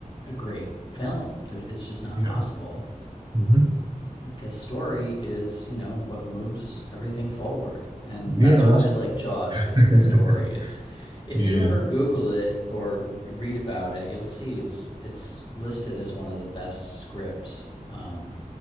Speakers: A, on the left (about 35°); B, on the right (about 30°).
A: a great film. There's, it's just not
B: Yeah.
A: possible
B: hmm
A: because story is you know what moves everything forward and
B: Yeah,
A: that's
B: that's
A: why i like jaws
B: <laughs>
A: because of the story it's if
B: yeah,
A: you ever google it or read about it you'll see it's it's listed as one of the best scripts um,